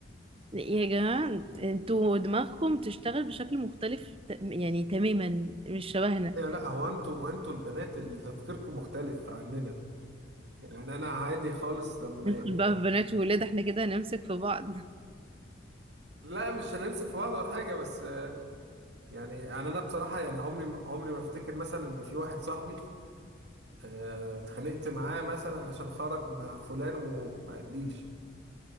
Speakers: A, on the right; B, on the right.
A: يا جماعة انتوا دماغكم تشتغل بشكل مختلف ت- يعني تماما مش شبهنا
B: إيه، لا هو انتوا هو انتوا البنات اللي تفكيركم مختلف عننا يعني انا عادي خالص لما
A: ندخل
B: ي-
A: بقى في بنات وولاد احنا كده هنمسك في بعض
B: لا مش هنمسك في بعض ولا حاجه بس يعني يعني انا بصراحه يعني عمري عمري ما افتكر مثلا ان في واحد صاحبي آه، اتخانقت معاه مثلا عشان خرج مع فلان وما قاليش